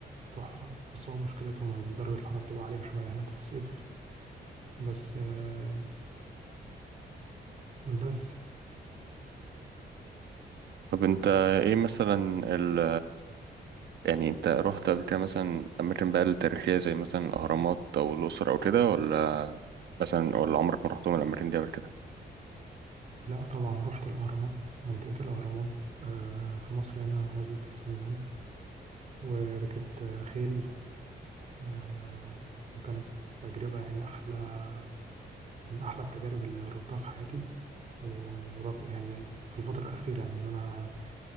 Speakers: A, on the right; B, on the right.
A: تحفة بس هو مشكلتهم إن درجة الحرارة بتبقى عالية شوية هناك في الصيف بس آه بس
B: طب انت ايه مثلا ال يعني انت رحت قبل كده مثلا أماكن بقى التاريخية زي مثلا الأهرامات أو الأقصر أو كده ولا مثلا ولا عمرك ما رحتهم الأماكن دي قبل كده؟
A: لا طبعا رحت الأهرامات منطقة الأهرامات آه في مصر هنا نزلة السمان وركبت آه، خيل آه وكانت تجربة يعني أحلى من أحلى التجارب اللي جربتها في حياتي ورغم يعني في الفترة الأخيرة يعني إن أنا